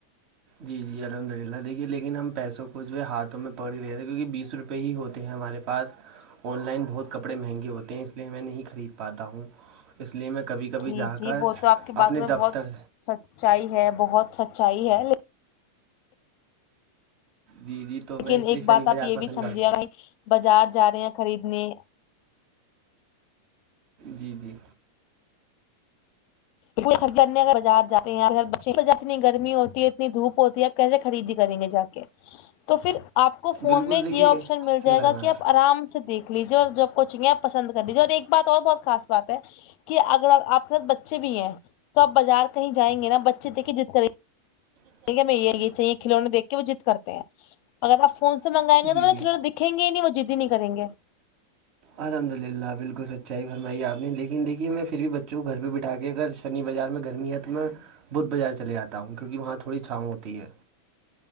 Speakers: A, on the right; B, on the left.
A: جی جی الحمد للہ دیکھیے لیکن ہم پیسوں کو جو ہے ہاتھوں میں پڑھ کے لےتےے کیونکہ بیس روپے ہی ہوتے ہیں ہمارے پاس آن لائن بہت کپڑے مہنگے ہوتے ہیں اس لیے میں نہیں خرید پاتا ہوں اس لیے میں کبھی کبھی
B: جی
A: جا
B: جی
A: کر
B: وہ تو آپ کی باتوں
A: اپنے
B: میں
A: دفتر
B: بہت سچائی ہے بہت سچائی ہے ل
A: جی جی تو میں
B: لیکن
A: اس
B: ایک
A: لیے شنی
B: بات
A: بازار
B: آپ یہ
A: پسند
B: بھی سمجھیے
A: کرتا
B: گ بھائی بازار جا رہے ہیں خریدنے
A: جی جی
B: بازار جاتے ہیں اتنی گرمی ہوتی ہے اتنی دھوپ ہوتی ہے کیسے خریدی کریں گے جا کے تو پھر آپ کو فون
A: بالکل
B: میں ایک
A: دیکھیے
B: یہ آپشن مل جائے
A: بات
B: گا
A: ہے
B: کہ آپ آرام سے دیکھ لیجیے اور جب کوچنگے آپ پسند کر دیجیے اور ایک بات اور بہت خاص بات ہے کہ اگر آپ کے ساتھ بچے بھی ہیں تو آپ بازار کہیں جائیں گے نا بچے دیکھے جس ط
A: پر
B: ھ میں یہ چاہیے کھلونے دیکھ کے وہ جیت کرتے ہیں اگر آ فون
A: کرتے
B: سے منگائیں گے تو مے کلڑ دکھیں گے نہیں وہجدی نہیں کریں گے
A: الحمد للہ بالکل سچائی فرمائی آپ نے لیکن دیکھیے میں پھر بھی بچوں کو گھر پہ بٹھا کے اگر شنی بازار میں گرمی ہے تو میں بدھ بازار چلےاتا ہوں کیونکہ وہاں تھوڑی چھاؤں ہوتی ہے